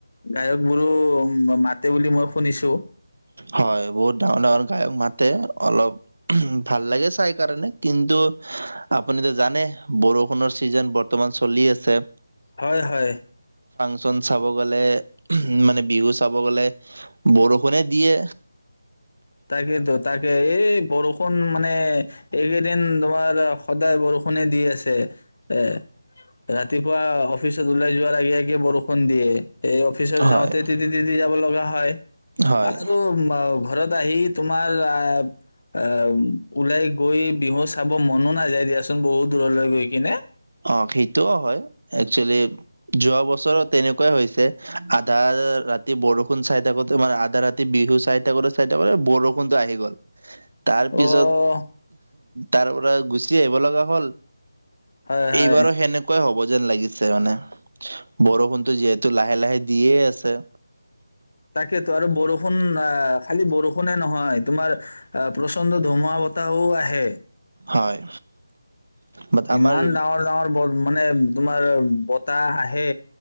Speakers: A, on the left (about 50°); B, on the right (about 70°).
A: গায়কবোৰো মাতে বুলি মই শুনিছো।
B: হয়, বহুত ডাঙৰ ডাঙৰ গায়ক মাতে অলপ ভাল লাগে চাই কাৰণে কিন্তু আপুনিতো জানে বৰষুণৰ চিজন বৰ্তমান চলি আছে।
A: হয়, হয়।
B: ন' চাব গ'লে উ মানে বিহু চাব গলে বৰষ ষুনে দিয়ে
A: তাকেইেতো তাকে এই বৰষুণ মানে এইকেইদিন তোমাৰ সদায় বৰষুণে দি আছে এ, ৰাতিপুৱা অফিচত ওলাই যোৱাৰ আগে আগে বৰষুণ দিয়ে। এই অফিচত
B: হয়,
A: যাওঁতে তিতি তিতি যাব লগা হয়। হয়।
B: হয়।
A: আৰু ম আহি তোমাৰ অ'। ওলাই গৈ বিহু চাব মনো নাযায় দিয়াচোন বহুত দূৰলৈ গৈ কিনে।
B: অ', সেইটোও হয় একচুৱেলি যোৱা বছৰো তেনেকুৱাই হৈছে, আধা ৰাতি বৰষুণ চাই থাকোতে মানে আধা ৰাতি বিহু চাই থাকোতে চাই থাকোঁতে বৰষুণটো আহি গ'ল। তাৰ
A: অ',
B: পিছত, তাৰ পৰাৰা গুচি আহিব লগা হ'ল,
A: হয়,
B: এইবাৰো
A: হয়।
B: সেনেকুৱাই হ'ব যেন লাগিছে মানে, বৰষুণটো যিহেতু লাহে লাহে দিয়ে আছে।
A: তাকেইতো আৰু বৰষুণ আহ খালি বৰষুণে নহয় তোমাৰ আহ প্ৰচণ্ড ধুমুহা বতাহও আহে।
B: হয়। বাট আমাৰ
A: ইমান ডাঙৰ ডাঙৰ ব মানে-তোমাৰ। বতাহ আহে।